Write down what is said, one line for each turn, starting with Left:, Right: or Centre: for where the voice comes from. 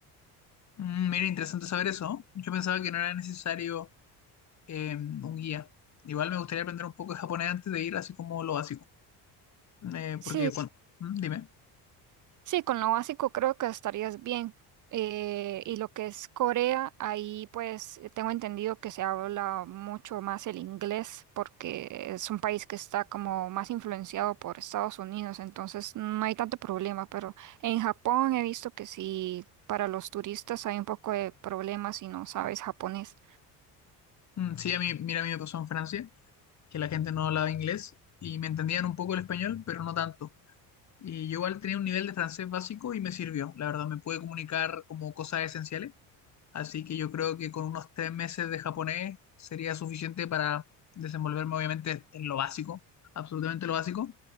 Left: Mm, mira, interesante saber eso, ¿no? Yo pensaba que no era necesario eh, un guía. Igual me gustaría aprender un poco de japonés antes de ir, así como lo básico. Eh,
Right: Sí,
Left: porque cuando... Mm, dime.
Right: Sí, con lo básico creo que estarías bien. Eh, y lo que es Corea, ahí pues eh, tengo entendido que se habla mucho más el inglés porque es un país que está como más influenciado por Estados Unidos, entonces no hay tanto problema, pero en Japón he visto que sí, para los turistas hay un poco de problemas si no sabes japonés.
Left: Mm, sí, a mí, mira, a mí me pasó en Francia, que la gente no hablaba inglés y me entendían un poco el español, pero no tanto. Y yo igual tenía un nivel de francés básico y me sirvió. La verdad, me pude comunicar como cosas esenciales. Así que yo creo que con unos tres meses de japonés sería suficiente para desenvolverme, obviamente, en lo básico, absolutamente lo básico.